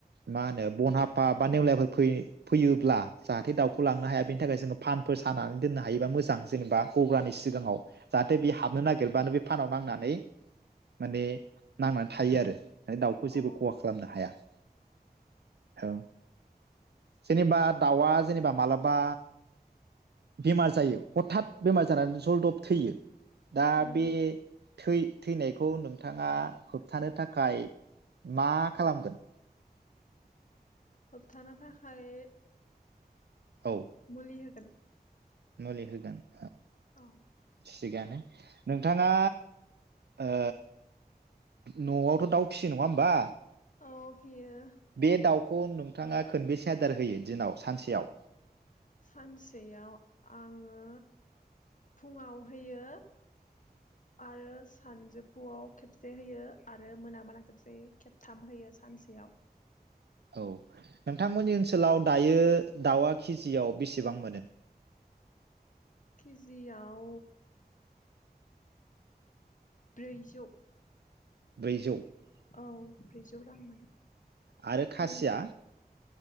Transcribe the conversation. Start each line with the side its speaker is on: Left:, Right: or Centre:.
Right: मा होनो बन हाफा बा नेवलायफोर फै-फैयोब्ला जाहाथे दाउखौ लांनो हाया बेनि थाखाय जोङो फानफोर सानानै दोननो हायोबा मोजां जेनेबा गग्रानि सिगाङाव जाहाथे बे हाबनो नागिरबानो बे फानाव नांनानै माने नांनानै थायो आरो । दाउखौ
Left: अ
Right: जेबो खहा खालामनो हाया । औ, जेनेबा दाउआ जेनेबा मालाबा बेमार जायो, हथात बेमार जानानै जलदब थैयो दा
Left: नंगौ
Right: बे थै-थैनायखौ नोंथाङा होबथानो थाखाय मा खालामगोन?
Left: होबथानो थाखाय
Right: औ
Left: मुलि होगोन।
Right: मुलि होगोन ।
Left: औ ।
Right: थिगानो नोंथाङा ओ न'आवथ' दाउ फिसियो नङा होमबा
Left: औ फियो
Right: बे दाउखौ नों नोंथाङा खोनबेसे आदार होयो दिनाव सानसेयाव
Left: सानसेयाव आङो फुङाव होयो आरो सानजोफुआव खेबसे होयो आरो मोना मोना खेबसे होयो खेबथाम होयो सानसेयाव
Right: औ, नोंथांमोननि ओनसोलाव दायो दाउआ केजियाव बेसेबां मोनो?
Left: खिजियाव ब्रैजौ।
Right: ब्रैजौ ।
Left: औ ब्रैजौ रां मोनो ।
Right: आरो खासिया
Left: नों